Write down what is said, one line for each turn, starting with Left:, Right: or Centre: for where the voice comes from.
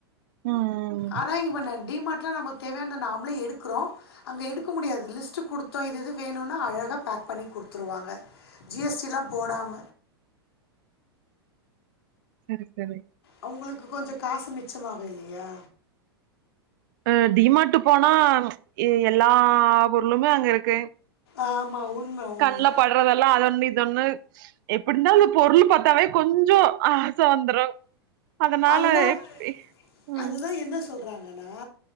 Right: ம்
Left: ஆனா இவன டி மார்ட்ல நமக் தேவயானத நாமளே எடுக்கறோ அங்க எடுக்க முடியாது லிஸ்ட் குடுத்தோ இது இது வேணும்னா அழகா பேக் பண்ணி குடுத்துடுவாங்க ஜி எஸ் டி எல்லா போடாம
Right: செரி செரி
Left: அவங்களுக்கு கொஞ்சோ காசு மிச்சமாகு இல்லையா
Right: அ டி மாட்டு போனா எல்லா பொருளுமே அங்க இருக்கு
Left: ஆமாம் உண்மை உண்மை
Right: கண்ல படுறதெல்லா அத ஒன்னு இது ஒன்னு எப்படிந்தாலு பொருளு பாத்தாவே கொஞ்சோ ஆச வந்துரு அதனால
Left: அதுதான்
Right: எப்டி ம்
Left: அதுதான் என்ன சொல்றாங்கன்னா